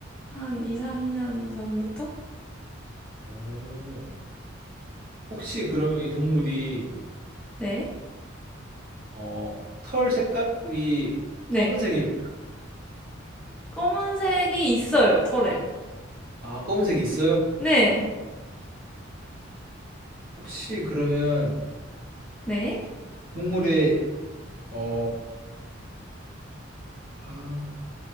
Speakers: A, in the centre; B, on the right.
A: 한 2, 3년 전부터?
B: 오, 혹시 그러면 이 동물이
A: 네.
B: 어, 털 색깔이
A: 네.
B: 검은색일
A: 검은색이 있어요, 털에.
B: 아, 검은색이 있어요?
A: 네.
B: 혹시 그러면
A: 네.
B: 동물의 어, 아,